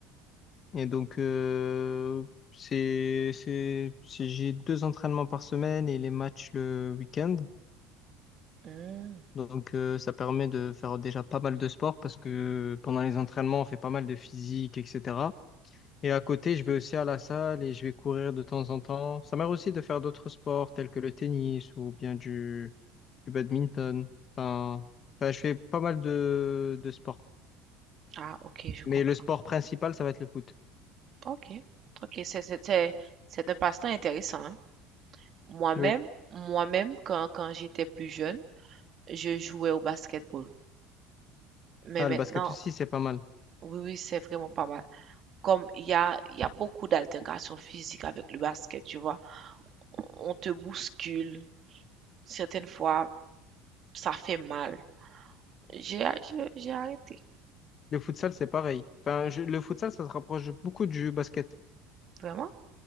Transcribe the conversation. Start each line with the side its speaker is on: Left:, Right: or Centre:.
Left: Et donc, euh, c'est, c'est, c'est- j'ai deux entraînements par semaine et les matchs le week-end.
Right: Mm.
Left: Donc, euh, ça permet de faire déjà pas mal de sport parce que pendant les entraînements, on fait pas mal de physique, etc. Et à côté, je vais aussi à la salle et je vais courir de temps en temps. Ça m'arrive aussi de faire d'autres sports tels que le tennis ou bien du, du badminton. Enfin, enfin, je fais pas mal de, de sports.
Right: Ah, ok, je
Left: Mais
Right: comprends.
Left: le sport principal, ça va être le foot.
Right: Ok, ok, c'est c'est- c'est- c'est un passe-temps intéressant, hein. Moi-même,
Left: Oui.
Right: moi-même, quand, quand j'étais plus jeune, je jouais au basketball. Mais
Left: Ah,
Right: maintenant,
Left: le basket aussi, c'est pas mal.
Right: oui, oui, c'est vraiment pas mal. Comme il y a il y a beaucoup d'altérations physiques avec le basket, tu vois? On on te bouscule, certaines fois, ça fait mal. J'ai j'ai j'ai arrêté.
Left: Le futsal, c'est pareil. Enfin, je- le futsal, ça se rapproche beaucoup du basket.
Right: Vraiment?